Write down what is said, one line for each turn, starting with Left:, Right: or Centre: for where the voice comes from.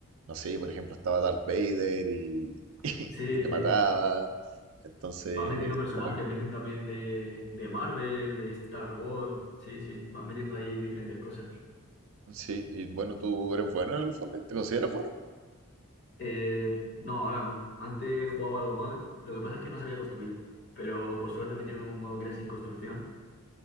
Right: no sé, por ejemplo, estaba Darth Vader y, <laughs>
Left: Sí,
Right: y y te
Left: sí.
Right: mataba. Entonces,
Left: Van metiendo personajes,
Right: como que,
Left: meten también de, de Marvel, de Star Wars. Sí, sí, van metiendo ahí diferentes cosas.
Right: sí, y bueno, tú eres bueno en el Fortnite, ¿te consideras bueno?
Left: Eh, no, ahora no. Antes jugaba algo más. Lo que pasa es que no sabía construir. Pero por suerte metieron un modo que era sin construcción.